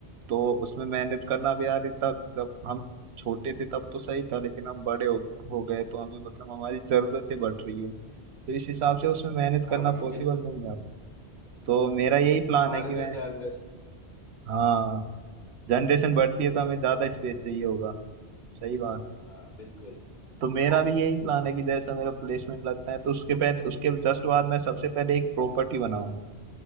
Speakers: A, on the right; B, on the left.
A: तो उसमें मैनेज करना भी यार इतना तब हम छोटे थे तब तो सही था लेकिन हम बड़े हो, हो गए तो हमें मतलब हमारी जरूरतें बढ़ रही है तो इस हिसाब से उसमें मैनेज
B: हाँ
A: करना
B: भाई
A: पॉसिबल
B: बिल्कुल
A: नहीं है तो मेरा यही प्लान
B: हमारे
A: है कि मैं
B: जो जनरेशन
A: हाँ जनरेशन बढ़ती है तो हमें ज्यादा स्पेस चाहिए होगा सही बात है
B: हाँ बिल्कुल
A: तो मेरा भी यही प्लान है कि जैसा मेरा प्लेसमेंट लगता है तो उसके पहले उसके जस्ट बाद मैं सबसे पहले एक प्रॉपर्टी बनाऊं